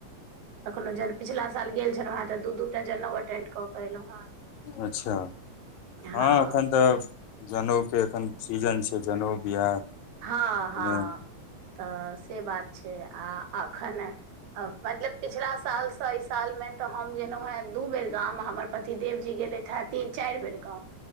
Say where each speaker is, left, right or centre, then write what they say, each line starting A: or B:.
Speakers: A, on the right; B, on the left.
A: कखनो जन पिछला साल गेल छलहुँ हें तऽ दू दू टा जनेउ अटेंड कऽ के एलहुँ हेँ।
B: अच्छा हँ
A: हँ
B: एखन तऽ जनउके एखन सीजन छैय जनउ बियाह।
A: हँ
B: उपनयन
A: हँ तऽ से बात छैय आ आखन मतलब पिछला सालसँ एहि साल मे तऽ हम गेलहुँ हेँ दू बेर गाम हमर पति देव जी गेलैथ ह तीन चारि बेर गाँव